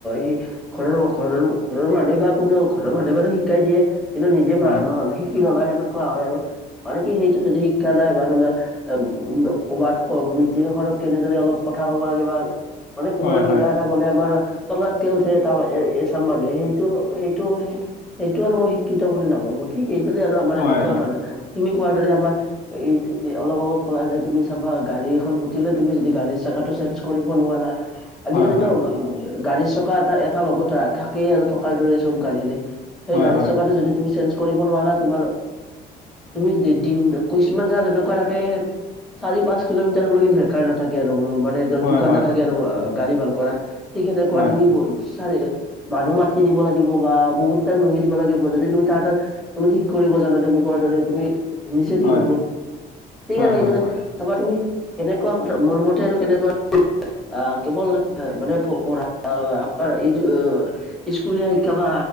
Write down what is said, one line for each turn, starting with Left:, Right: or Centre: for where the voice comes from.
Centre: সি ঘৰৰ ঘৰৰ ঘৰৰ মানুহে বা কোনো ঘৰৰ মানুহ যদি শিকাই দিয়ে কিন্তু নিজে মা
Left: হয়
Centre: নহলে শিকি নলয় সেনেকুৱা হয় আৰু। মানে কি সেইটো যদি শিক্ষা নাই বা তোমাৰ আম ক'ৰবাত কমিটি এখনত কেনেদৰে অলপ কথা ক'ব লাগে বা মানে কোনোবাই
Left: হয়
Centre: কিবা
Left: হয়
Centre: এটা ক'লে আমাৰ টঙাতকে উঠে তাৰপৰা এ এচাম মানুহে সেইটো, সেইটো সেইটো আৰু মই শিক্ষিত বুলি নাভাৱোঁ। ঠিক এইদৰে আৰু আমাৰ
Left: হয়
Centre: এনেকুৱা
Left: হয়
Centre: মানুহ থাকে তুমি কোৱাৰ দৰে আমাৰ এই এ অলপ আগত ক'লা যে তুমি চাবা গাড়ী এখন ফুটিলে, তুমি যদি গাড়ীৰ চকাটো চেঞ্জ কৰিব নোৱাৰা। আজিকালিটো
Left: হয় হয়
Centre: গাড়ীৰ চকা এটা এটা লগত থা থাকেই আৰু থকাৰ দৰেই চব গাড়ীৰে। সেই
Left: হয়
Centre: গাড়ী
Left: হয়
Centre: চকাটো যদি তুমি চেঞ্জ কৰিব নোৱাৰা। তোমাৰ তুমি দি দিন কিছুমান জেগাত এনেকুৱা থাকে সেয়াত চাৰি, পাঁচ কিলোমিটাৰলৈকে বেকাৰ নাথাকে আৰু মানে ত '
Left: হয়
Centre: দোকান নাথাকে আৰু আঁ--গাড়ী ভাল কৰা। ঠিক সেনেকুৱা
Left: হয়
Centre: তুমি ব ' চাৰি মানুহ মাতি নিব লাগিব বা বহুত টাইম ৰখি দিব লাগিব। যদি তুমি তাৰ তাত তুমি ঠিক কৰিব জানা তুমি কোৱাৰ দৰে। তুমি নিচে
Left: হয়
Centre: ঠিক হ'ব। ঠিক
Left: হয়
Centre: আছে বাৰু
Left: হয় হয়
Centre: এতিয়ালে।
Left: হয়
Centre: চাবা তুমি কেনেকুৱা কথা, মৰমতে আৰু কেনেকুৱা আ কেৱল মানে প পঢ়া আমাৰ এইটো স্কুলীয়া শিক্ষা বা